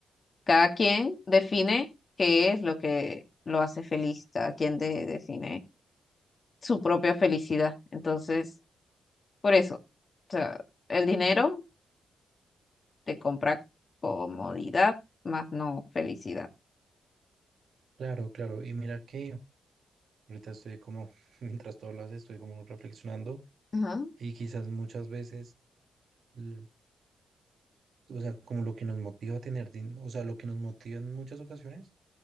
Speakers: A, on the left (about 45°); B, on the right (about 65°).
A: Cada quien define qué es lo que lo hace feliz, cada quien de- define su propia felicidad. Entonces, por eso, o sea, el dinero te compra comodidad, más no felicidad.
B: Claro, claro. Y mira que ahorita estoy como, <laughs> mientras tú hablas, estoy como reflexionando
A: Ajá,
B: y quizás muchas veces, l- o sea, como lo que nos motiva a tener dinero, o sea, lo que nos motiva en muchas ocasiones